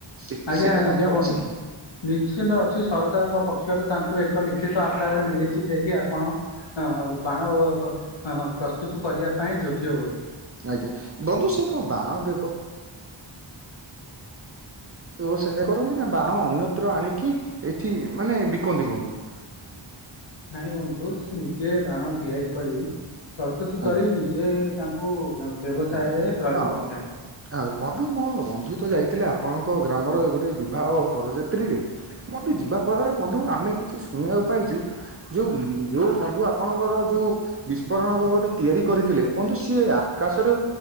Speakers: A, on the right (about 30°); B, on the left (about 60°).
A: ସେ-
B: ଆଜ୍ଞା
A: ସେଇଟା
B: ଆଜ୍ଞା
A: ତାଙ୍କର
B: ବନ୍ଧୁ
A: ଅଛି
B: ନିଶ୍ଚିନ୍ତ ଅଛି ସରକାରଙ୍କ ପକ୍ଷରୁ ତାଙ୍କ କୁଏକ ଲିଖିତ ଆକାରରେ ମିଳିଛି ଯଏକିି ଆପଣ ହୁଁ ଆଉ ବାଣ ପ୍ରସ୍ତୁତ କରିବା ପାଇଁ ଯୋଗ୍ୟ ବୋଲି।
A: ଆଜ୍ଞା ବନ୍ଧୁ ସେ କଣ ବାଣ ବ୍ୟବ ବ୍ୟସାୟ କରନ୍ତିନା ବାଣ ଅନ୍ୟତ୍ର ଆଣିକି ଏଠି ମାନେ ବିକନ୍ତି ବନ୍ଧୁ?
B: ନାଇଁ ବନ୍ଧୁ ସେ ନିଜେ ବାଣ ତିଆରି କରି ପ୍ରସ୍ ସ୍ତୁତି
A: ଆଜ୍ଞା
B: କରି ନିଜେ ତାଙ୍କୁ ବ୍ୟବସାୟରେ
A: ବିକନ୍ତି
B: ପ୍ରୟୋଗ
A: ହଁ
B: କରିଥାନ୍ତି।
A: ଆଉ ବନ୍ଧୁମୋ ବନ୍ଧୁତ ଯାଇଥିଲେ ଆପଣ ଆପଣଙ୍କ ଗ୍ରାମର ଗୋଟେ ବିବାହ ବରଯାତ୍ରୀରେ ବନ୍ଧୁ ଯିବା ଫଳରେ ବନ୍ଧୁ ଆମେ କିଛି ଶୁଣିବାକୁ ପାଇଛୁ ଯୋଉ ଯୋଉ ବନ୍ଧୁ ଆପଣଙ୍କର ଯୋଉ ବିସ୍ଫୋରଣ ତିଆରି କରିଥିଲେ ବନ୍ଧୁ ସିଏ ଆକାଶରେ